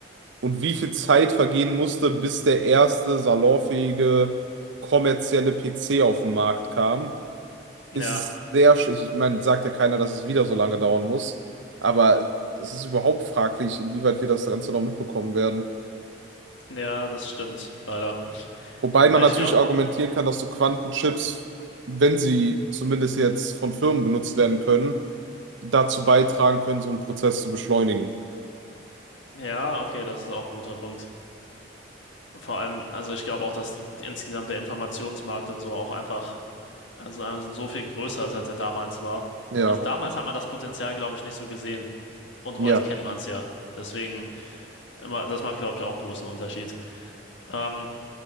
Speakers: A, on the right; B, on the left.
A: und wie viel Zeit vergehen musste, bis der erste salonfähige kommerzielle PC auf den Markt kam,
B: ja,
A: ist sehr, sch- ich meine, sagt ja keiner, dass es wieder so lange dauern muss, aber es ist überhaupt fraglich, inwieweit wir das Ganze noch mitbekommen werden.
B: ja, das stimmt, leider.
A: Wobei man
B: Äh,
A: natürlich
B: Ich glaube,
A: argumentieren kann, dass so Quantenchips, wenn sie zumindest jetzt von Firmen benutzt werden können, dazu beitragen können, so einen Prozess zu beschleunigen.
B: ja, okay, das ist auch ein guter Punkt. Vor allem, also ich glaube auch, dass insgesamt der Informationsmarkt und so auch einfach, also, also so viel größer ist, als er damals war.
A: Ja,
B: Also damals hat man das Potenzial, glaube ich, nicht so gesehen. Und
A: ja,
B: heute kennt man es ja. Deswegen, immer- das macht, glaube ich, auch einen großen Unterschied. Ähm,